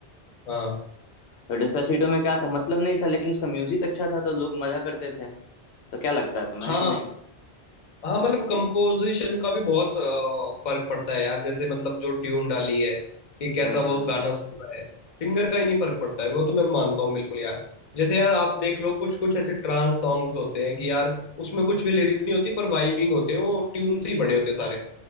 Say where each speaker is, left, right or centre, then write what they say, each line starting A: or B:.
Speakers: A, on the left; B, on the left.
A: हाँ
B: तो डिस्पेसिटो में क्या था मतलब नहीं था लेकिन उसका म्यूजिक अच्छा था तो लोग मजा करते थे तो क्या लगता है तुम्हें
A: हाँ
B: कि नहीं
A: हाँ मतलब कंपोजिशन का भी बहुत अ, फर्क पड़ता है यार जैसे मतलब जो ट्यून डाली है कि कैसा
B: वही
A: वो
B: वही
A: गाना सुन रहा है सिंगर का ही नहीं फर्क पड़ता है वो तो मैं मानता हूँ बिल्कुल यार जैसे यार आप देख लो कुछ कुछ ऐसे ट्रांस सॉन्ग होते हैं कि यार उसमें कुछ भी लिरिक्स नहीं होती पर वाइबिंग होते हैं वो ट्यून से ही बने होते हैं सारे